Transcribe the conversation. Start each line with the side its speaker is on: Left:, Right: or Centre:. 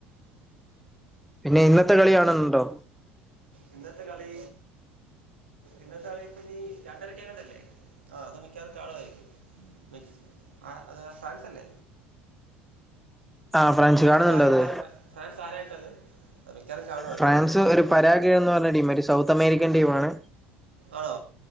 Centre: പിന്നെ ഇന്നത്തെ കളികാണ്ന്നുണ്ടോ?
Right: ഇന്നത്തെ കളി ഇന്നത്തെകളി ഇപ്പനി രണ്ടരക്കങ്ങാണ്ടല്ലേ? ആ അത് മിക്കവാറും കാണുവായിരിക്കും <unintelligible> ആ അത് ഫ്രാൻസ്ലലേ?
Centre: ആ ഫ്രാഞ്ച്
Right: ഫ്രാൻസ്
Centre: കാണുന്നുണ്ടത്?
Right: ആരായിട്ടാ ഫ്രാ- ഫ്രാൻസ് ആരായിട്ടത് അത് മിക്കവാറും കാണുമോ അത്
Centre: ഫ്രാൻസ്
Right: ഞാൻ
Centre: ഒരു പരാഗയൊ എന്ന് പറഞ്ഞ ടീമായിട്ട് സൗത്തമേരിക്കൻ ടീമാണ്
Right: ആണോ